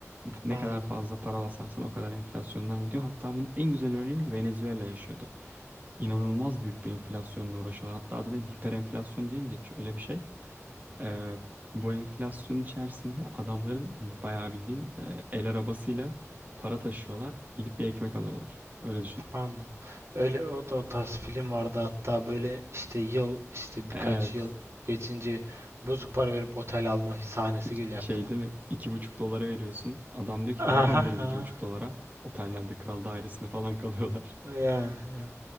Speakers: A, on the right (about 35°); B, on the right (about 60°).
A: Ne
B: anladım.
A: kadar fazla para basarsan o kadar enflasyondan gidiyor. Hatta bunun en güzel örneğini Venezuela yaşıyordu. İnanılmaz büyük bir enflasyonla uğraşıyorlar. Hatta adı neydi? Hiperenflasyon diye mi geçiyor? Öyle bir şey. Ee, bu enflasyonun içerisinde adamların hani bayağı bildiğin e, el arabasıyla para taşıyorlar. Gidip bir ekmek alıyorlar. Öyle düşün.
B: Anladım. Öyle o, da o tarz film vardı hatta böyle işte yıl işte birkaç
A: Evet.
B: yıl geçince bozuk para verip otel alma sahnesi
A: İki,
B: geliyor aklıma.
A: şey değil mi? İki buçuk dolara veriyorsun. Adam diyor ki ne yapabiliriz
B: Aha.
A: iki buçuk dolara? Otellerde kral dairesinde falan kalıyorlar.
B: Yani, yani.